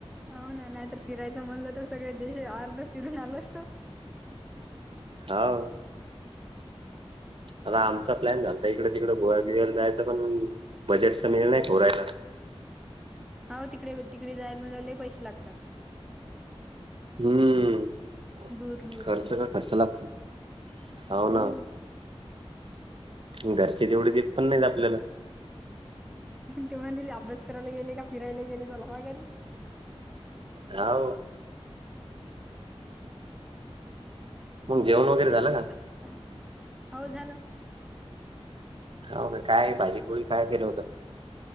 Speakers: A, in the centre; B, on the right.
A: हो ना नाहीतर फिरायचं म्हणलं तर सगळे देश अर्ध फिरून आलो असतो
B: हाव आता आमचा प्लॅन झालता इकडे तिकडे गोव्या बिव्याला जायचं पण बजेटचा निर्णय नाही होऊ राहिला
A: हो तिकडे तिकडे जायला म्हणाल्यावर लई पैसे लागतात.
B: हम्म
A: दूर दूर
B: खर्च का खर्च लागतो हव
A: हम्म
B: ना. घरचे तेवढे देत पण नाहीत आपल्याला
A: ते म्हणतील अभ्यास करायला गेले का फिरायला गेले, चला व्हा घरी.
B: हाव. मग जेवण वगैरे
A: काय
B: झालं
A: माहित आता
B: का
A: काय. हाव झालं.
B: हाव काय. काय भाजी पोळी काय केलं होतं?